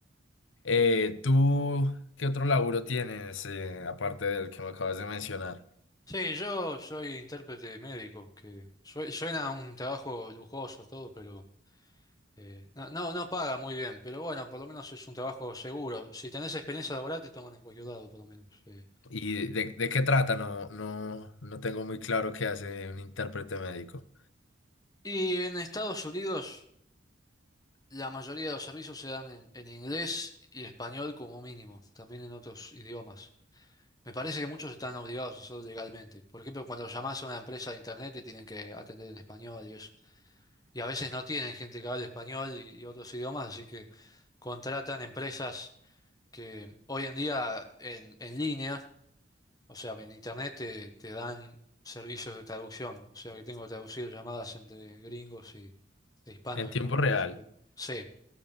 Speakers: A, on the left; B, on the left.
A: Eh, ¿tú qué otro laburo tienes, eh, aparte del que me acabas de mencionar?
B: Sí, yo soy intérprete médico, que sue- suena a un trabajo lujoso todo, pero eh, no, no, no paga muy bien, pero bueno, por lo menos es un trabajo seguro. Si tenés experiencia laboral, te toman en cualquier lado, por lo menos. eh.
A: ¿Y de, de qué trata? No, no, no tengo muy claro qué hace un intérprete médico.
B: Y en Estados Unidos, la mayoría de los servicios se dan en, en inglés y español como mínimo, también en otros idiomas. Me parece que muchos están obligados a hacerlo legalmente. Por ejemplo, cuando llamás a una empresa de internet, te tienen que atender en español y eso. y a veces no tienen gente que hable español y, y otros idiomas, así que contratan empresas que hoy en día en, en línea, o sea, en internet te, te dan servicios de traducción, o sea que tengo que traducir llamadas entre gringos y e hispanos
A: En tiempo
B: que van a Estados
A: real.
B: Unidos. Sí,